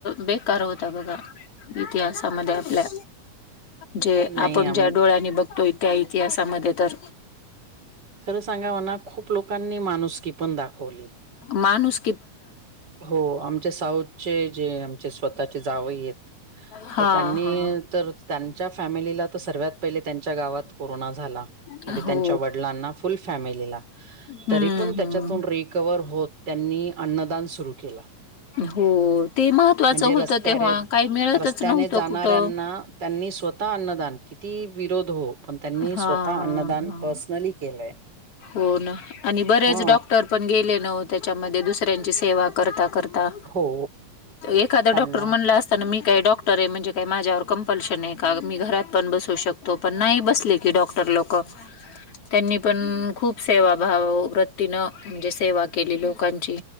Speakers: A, on the left; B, on the right.
A: बेकार होता बघा इतिहासामध्ये आपल्या जे
B: नाही,
A: आपण
B: अं,
A: ज्या डोळ्यांनी बघतोय त्या इतिहासामध्ये तर
B: खरं सांगा म्हणा खूप लोकांनी माणुसकी पण दाखवली.
A: माणुस
B: हो आमच्या साऊथ चे जे आमचे स्वतःचे जाव आहेत
A: हा
B: तर त्यांनी
A: हा
B: तर त्यांच्या फॅमिलीला तर सर्वत पहिले त्यांच्या गावात कोरोना झाला म्हणजे
A: हा हो.
B: त्यांच्या वडिलांना फुल फॅमिलीला
A: हम्म
B: तरी पण त्याच्या
A: हम्म
B: रिकवर होत त्यांनी अन्नदान सुरू केलं.
A: हो ते महत्त्वाचं
B: म्हणजे
A: होतं
B: रस्त्यार
A: तेव्हा काही मिळतच
B: रस्त्याने
A: नव्हतं
B: जाणाऱ्यांना
A: कुठं
B: त्यांनी स्वतः अन्नदान किती विरोध हो पण त्यांनी
A: हा
B: स्वतः अन्नदान
A: हा.
B: पर्सनली केलंय
A: हो ना आणि बरेच
B: ह
A: डॉक्टर आपण गेले न त्याच्यामध्ये दुसऱ्यांची सेवा करता करता.
B: हो
A: एखाद
B: त्यांना
A: डॉक्टर म्हण अस. मी काय डॉक्टर आहे म्हणजे काय माझ्यावर कंपल्शन आहे का मी घरात पण बसू शकतो पण नाही बस. ल क डॉक्टर लोक त्यांनी पण खूप सेवा भाव वृत्तीनं म्हणजे सेवा केली लोकांची